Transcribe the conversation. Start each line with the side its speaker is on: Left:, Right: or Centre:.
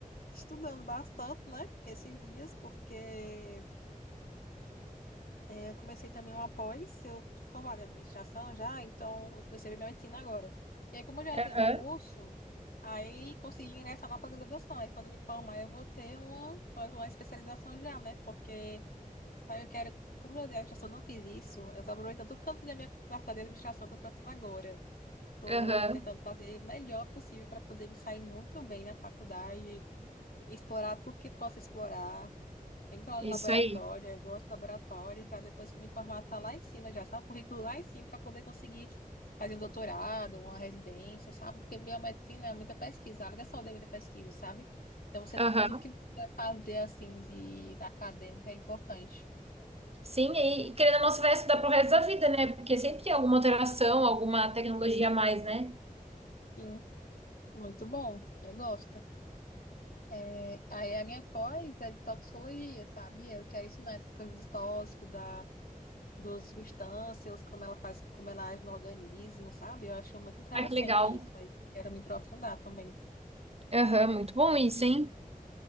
Left: estudando bastante, né? Esses dias, porque É, eu comecei também uma pós, eu tô formada em administração já, então eu comecei a medicina agora. E aí, como eu já
Right: Aham,
Left: tenho um curso, aí consegui ingressar na pós-graduação. Aí quando me formar eu vou ter uma, uma especialização já, né? Porque aí eu quero, como eu, eu já só não fiz isso, eu tô aproveitando tudo que eu da minha faculdade de administração, tô aproveitando agora. Tô
Right: aham,
Left: tentando fazer o melhor possível para poder me sair muito bem na faculdade, explorar tudo que posso explorar. Tem que no laboratório,
Right: isso aí.
Left: eu gosto do laboratório, para depois que eu me formar, tá lá em cima já, sabe? O currículo lá em cima, para poder conseguir fazer um doutorado, uma residência, sabe? Porque biomedicina é muita pesquisa, a área da saúde é muita pesquisa, sabe? Então, você,
Right: Aham.
Left: tudo que você puder fazer, assim, de acadêmica é importante.
Right: Sim, e querendo ou não, você vai estudar pro resto da vida, né? Porque sempre tem alguma alteração, alguma tecnologia a mais, né?
Left: Sim, muito bom, eu gosto. É, aí a minha pós é de toxicologia, sabe? Eu quero ensinar essas coisas de tóxico, da dos substâncias, como ela faz, como ela age no organismo, sabe? Eu acho muito interessante
Right: Ah, que legal.
Left: isso, mas quero me aprofundar também.
Right: Aham, muito bom isso, hein?